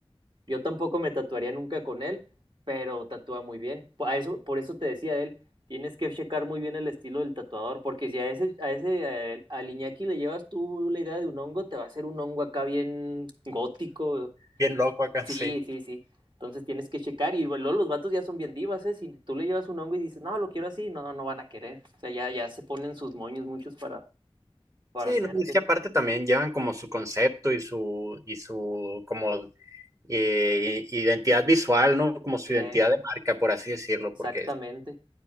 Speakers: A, on the right (about 50°); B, on the right (about 35°).
A: yo tampoco me tatuaría nunca con él, pero tatúa muy bien. Por a eso, por eso te decía él, tienes que checar muy bien el estilo del tatuador, porque si a ese, a ese, a, él- al Iñaki le llevas tú la idea de un hongo, te va a hacer un hongo acá bien gótico,
B: bien loco acá,
A: Sí,
B: sí.
A: sí, sí. Entonces tienes que checar y luego los vatos ya son bien divas, ¿eh? Si tú le llevas un hongo y dices, no, lo quiero así, no, no van a querer. O sea, ya, ya se ponen sus moños muchos para, para
B: Sí,
A: hacerte.
B: no, es que aparte también llevan como su concepto y su, y su como eh, identidad visual, ¿no? Como su
A: Eh,
B: identidad de marca, por así decirlo,
A: exactamente.
B: porque